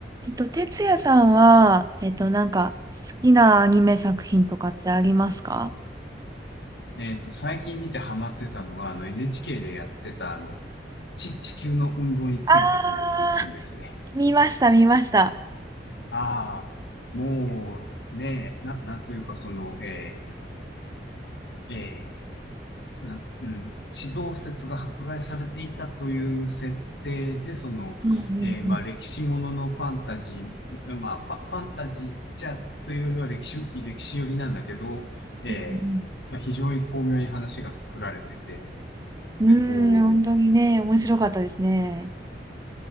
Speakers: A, on the right; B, on the left.
A: えっと、哲也さんは、えっと、なんか、好きなアニメ作品とかってありますか
B: えっと、最近見てハマってたのが、あの NHK でやってた、あの、地、地球の運動についてという作品ですね。
A: あー、見ました、見ました。
B: ああ、もう、ねえ、な、なんというか、その、えー、えー、な、うん、地動説が迫害されていたという設定で、その、
A: うんう
B: えー、まあ、
A: ん
B: 歴史もののファンタジー、まあ、ファ、ファンタジーじゃ、というよりは歴史、歴史寄りなんだけど、えー、
A: うん、
B: まあ、非常に巧妙に話が作られてて、
A: うん、
B: で、こう、
A: うーん本当にね、面白かったですね。